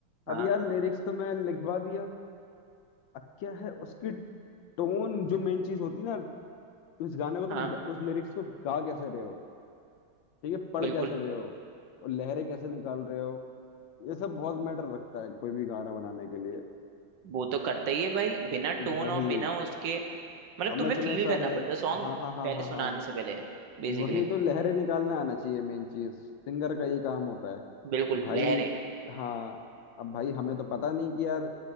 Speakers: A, on the left; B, on the right.
A: अब
B: हाँ
A: यार लिरिक्स तो मैं लिखवा दिया अब क्या है उसकी टोन जो मेन चीज होती है ना उस गाने को तुम
B: हाँ
A: ग- उस लिरिक्स को गा कैसे रहे हो ठीक है पढ़
B: बिल्कुल
A: कैसे रहे हो और लहरें कैसे निकाल रहे हो ये सब बहुत मैटर रखता है कोई भी गाना बनाने के लिए
B: वो तो करता ही है भाई बिना टोन
A: वही
B: और बिना उसके मतलब
A: अब मैं
B: तुम्हें
A: इतने
B: फील
A: सारे
B: करना पड़ता है सॉन्ग
A: हाँ हाँ हाँ
B: पहले
A: हाँ
B: सुनाने
A: हाँ
B: से पहले बेसिकली
A: वही तो लहरें निकालने आना चाहिए मेन चीज सिंगर का ये काम होता है
B: बिल्कुल
A: अब भाई
B: लहरे
A: हाँ अब भाई हमें तो पता नहीं कि यार